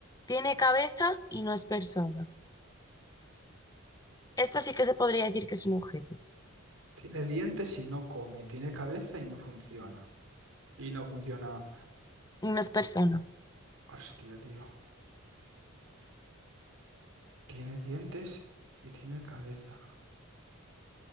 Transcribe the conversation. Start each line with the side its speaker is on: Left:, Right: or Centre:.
Left: Tiene cabeza y no es persona. Esto sí que se podría decir que es un objeto
Right: Tiene dientes y no come. Y tiene cabeza y no funciona. Y no funciona.
Left: y no es persona.
Right: Hostia, tío. Tiene dientes y tiene cabeza.